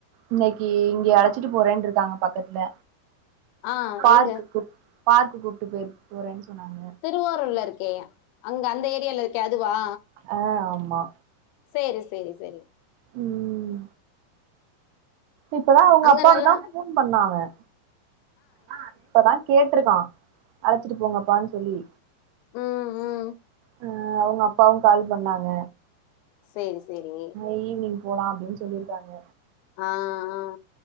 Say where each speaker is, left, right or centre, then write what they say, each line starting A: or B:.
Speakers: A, on the right; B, on the left.
A: இன்னைக்கி இங்க அழைச்சிட்டு போறேன்னு இருக்காங்க பக்கத்துல
B: ஆ
A: பார்க்குக்கு
B: எங்க
A: பார்க்கு கூப்பிட்டு பேய்ர்கு போறேன் சொன்னாங்க
B: திருவாரூர்ல இருக்கே அங்க அந்த ஏரியால இருக்கே அதுவா
A: அ ஆமா
B: சேரி செரி செரி
A: ம் இப்பதா அவுங்க
B: அங்க
A: அப்பாவுக்குதா
B: நல்லா
A: ஃபோன் பண்ணா அவன் ஆ இப்பதா கேட்ருக்கா அழச்சிட்டு போங்கப்பான் சொல்லி
B: உம் உம்
A: அ அவுங்க அப்பாவு கால் பண்ணாங்க
B: சேரி சேரி
A: ஈவினிங் போலா அப்டின் சொல்லிர்கிறாங்க
B: ஆ ஆ